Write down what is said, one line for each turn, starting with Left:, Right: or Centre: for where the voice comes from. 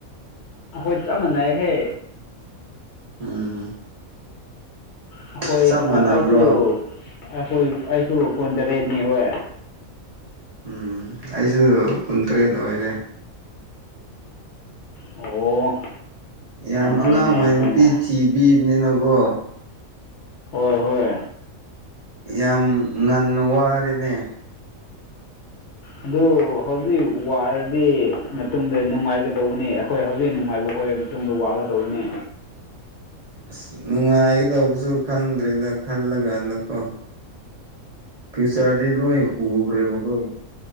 Left: ꯑꯩꯈꯣꯏ ꯆꯞ ꯃꯥꯟꯅꯩꯍꯦ
Right: ꯎꯝ
Left: ꯍꯈꯣꯏ
Right: ꯆꯞ ꯃꯥꯟꯅꯕ꯭ꯔꯣ
Left: ꯑꯩꯁꯨ ꯑꯩꯈꯣꯏ ꯑꯩꯁꯨ ꯀꯨꯟꯇꯔꯦꯠꯅꯤ ꯍꯣꯏ
Right: ꯎꯝ ꯑꯩꯁꯨ ꯀꯨꯟꯇꯔꯦꯠ ꯑꯣꯏꯔꯦ
Left: ꯑꯣ
Right: ꯌꯥꯝ
Left: ꯐꯩꯅꯦ
Right: ꯑꯉꯥꯡ ꯑꯣꯏꯅ
Left: ꯌꯥꯝ ꯐꯩꯅꯦ
Right: ꯅꯨꯄꯤ ꯊꯤꯕꯤꯕꯅꯤꯅꯀꯣ
Left: ꯍꯣꯏ ꯍꯣꯏ
Right: ꯌꯥꯝ ꯉꯟꯅ ꯋꯥꯔꯅꯦ
Left: ꯑꯗꯨ ꯍꯧꯖꯤꯛ ꯋꯥꯔꯗꯤ ꯃꯇꯨꯡꯗ ꯅꯨꯡꯉꯥꯏꯒꯗꯧꯕꯅꯤ ꯑꯩꯈꯣꯏ ꯍꯧꯖꯤꯛ ꯅꯨꯡꯉꯥꯏꯕ ꯍ ꯇꯨꯡꯗ ꯋꯥꯒꯗꯧꯕꯅꯦ
Right: ꯑꯁ ꯅꯨꯡꯉꯥꯏꯒꯗꯧꯕꯁꯨ ꯈꯪꯗ꯭ꯔꯦꯗ ꯈꯜꯂ ꯀꯥꯟꯗꯀꯣ ꯀꯤꯁꯥꯗꯤ ꯂꯣꯏ ꯎꯈꯔꯕꯀꯣ